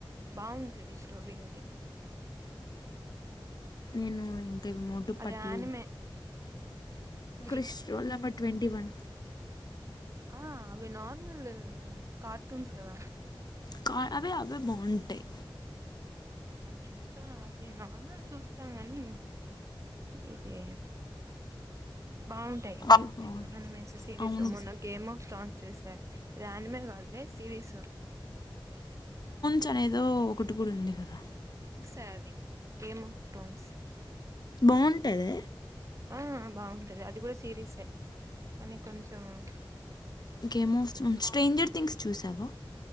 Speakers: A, on the right (about 35°); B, on the left (about 50°).
A: బాగుంటది స్టోరీ అది
B: ఎన్నో మోట
A: అది
B: పట్లు
A: ఆనిమే టుడి
B: క్రిష్ రూల్ నెంబర్ ట్వీ ట్వంటీ వన్
A: ఆ అవి నార్మల్ కార్టూన్స్దా
B: కా అవి అవి బాగుంటాయి
A: అవి చూస్తా అవి నార్మల్ చూస్తా కాని ఇది బాగుంటాయి అవి
B: అవే బాగుంటాయి
A: ఆన మస్ సిరీస్
B: అవును
A: మొన్న గేమ్ ట్రోన్స్ చూస దే దాన్ని కాలే సిరీస్
B: చే అనేదో ఒకటి కూడా ఉంది కదా
A: సాది గేమ్ ఆఫ్ త్రోన్స్
B: బాగుంటాది
A: ఆ బాగుంటది అది కూడా సిరిసె కానీ కొంచెం ఆ
B: game of Thrones stranger things చూసావా